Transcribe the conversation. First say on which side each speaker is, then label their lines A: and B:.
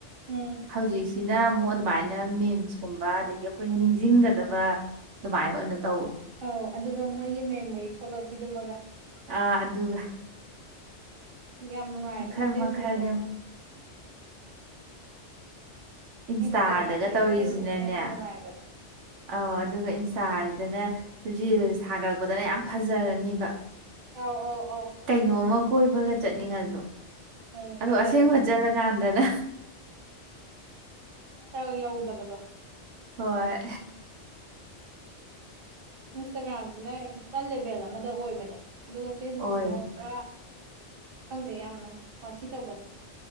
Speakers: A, on the right; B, on the right.
A: ꯎꯝ
B: ꯍꯧꯖꯤꯁ ꯁꯤꯅ ꯑꯃꯨꯛ ꯑꯗꯨꯃꯥꯏꯅ ꯃꯦꯝꯁꯀꯨꯝꯕ ꯑꯗꯩꯗꯤ ꯑꯩꯈꯣꯏꯅ ꯅꯤꯡꯁꯤꯡꯒꯗꯕ ꯑꯗꯨꯃꯥꯏꯅ ꯑꯣꯏꯅ ꯇꯧ
A: ꯑꯧ ꯑꯗꯨꯒ ꯃꯣꯏꯒꯤ ꯃꯦꯃꯣꯔꯤ ꯊꯣꯛꯂꯛꯄꯤꯗꯨꯃꯒ
B: ꯑꯥ ꯑꯗꯨꯒ
A: ꯌꯥꯝ ꯅꯨꯡꯉꯥꯏꯕꯅꯦ
B: ꯃꯈꯜ
A: ꯐꯦꯁꯕꯨꯛꯁꯦ
B: ꯃꯈꯜꯅꯦ ꯏꯟꯁꯇꯥꯗꯒ
A: ꯏꯟꯁꯇꯥꯒ꯭ꯔꯥꯝꯗꯩꯗꯤ
B: ꯇꯧꯔꯤꯁꯤꯅꯅꯦ
A: ꯐꯦꯁꯕꯨꯛꯅ ꯍꯦꯟꯅ ꯅꯨꯡꯉꯥꯏꯕꯅꯦ
B: ꯑꯧ ꯑꯗꯨꯒ ꯏꯟꯁꯇꯥꯁꯤꯗꯅ ꯔꯤꯜꯁ ꯊꯥꯒꯠꯂꯛꯄꯗꯅ ꯌꯥꯝ ꯐꯖꯔꯅꯤꯕ
A: ꯑꯧ ꯑꯧ ꯑꯧ
B: ꯀꯩꯅꯣꯝꯃ ꯀꯣꯏꯕꯒ ꯆꯠꯅꯤꯡꯉꯁꯨ
A: ꯎꯝ
B: ꯑꯗꯨ
A: ꯀꯗꯔ
B: ꯑꯁꯦꯡꯕ ꯆꯠꯂ ꯀꯥꯟꯗꯅ
A: ꯍꯣꯏ ꯌꯧꯗꯕꯗꯣ
B: ꯍꯣꯏ
A: ꯏꯟꯁꯇꯥꯒ꯭ꯔꯥꯝꯁꯤꯅ ꯄꯨꯔꯥ ꯂꯦꯚꯦꯜ ꯑꯃꯗ ꯑꯣꯏꯕꯅꯦ ꯑꯗꯨꯒ ꯐꯦꯁꯕꯨꯛꯁꯤꯅ
B: ꯑꯣꯏ
A: ꯄꯨꯔꯥ ꯈꯪꯗꯦ ꯌꯥꯝꯅ ꯋꯥꯊꯤ ꯇꯧ